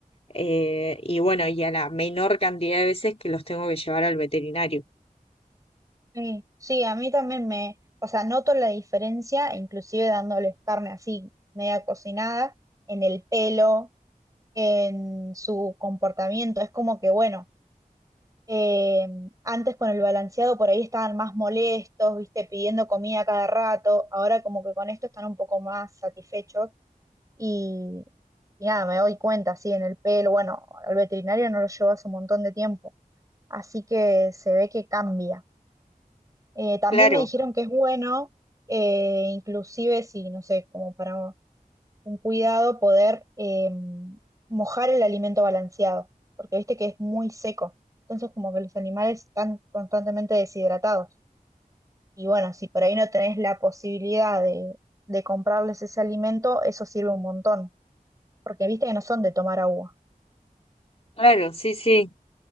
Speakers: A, on the left; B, on the right.
A: eh, y bueno, y a la menor cantidad de veces que los tengo que llevar al veterinario.
B: Sí, sí, a mí también me, o sea, noto la diferencia, inclusive dándoles carne así, media cocinada, en el pelo en su comportamiento. Es como que, bueno, eh, antes con el balanceado por ahí estaban más molestos, viste, pidiendo comida cada rato, ahora como que con esto están un poco más satisfechos y, y nada, me doy cuenta, así en el pelo, bueno, al veterinario no lo llevo hace un montón de tiempo, así que se ve que cambia. Eh, también
A: Claro,
B: me dijeron que es bueno, eh, inclusive si, no sé, como para un cuidado poder eh, mojar el alimento balanceado, porque viste que es muy seco. Entonces, como que los animales están constantemente deshidratados. Y bueno, si por ahí no tenés la posibilidad de, de comprarles ese alimento, eso sirve un montón, porque viste que no son de tomar agua.
A: claro, sí, sí.